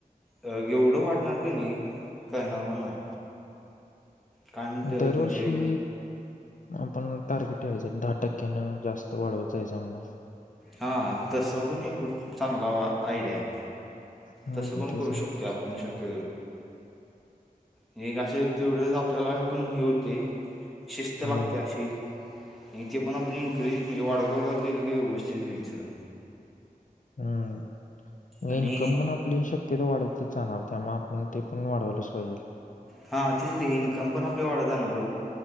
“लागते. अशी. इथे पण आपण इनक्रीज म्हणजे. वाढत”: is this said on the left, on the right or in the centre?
Centre